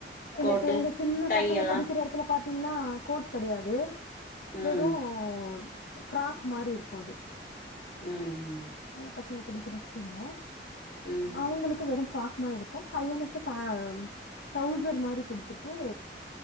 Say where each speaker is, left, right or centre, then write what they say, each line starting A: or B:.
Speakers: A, on the left; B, on the left.
A: இல்ல
B: கோட்டு
A: இப்ப எங்க சின்ன
B: டை
A: பசங்க
B: எல்லா
A: படிக்கிற இடத்துல பாத்தீங்கன்னா கோட் கிடையாது
B: ம்
A: வெறும் ஃப்ராக் மாரி இருக்கும் அது.
B: ம் ம்
A: சின்னா பசங்க படிக்கிற ஸ்கூல்ல
B: ம்
A: அவங்களுக்கு வெறும் ஃப்ராக் மாரி இருக்கும் ப்ப பையனுக்கு அ டிரௌசர் மாரி குடுத்துட்டு.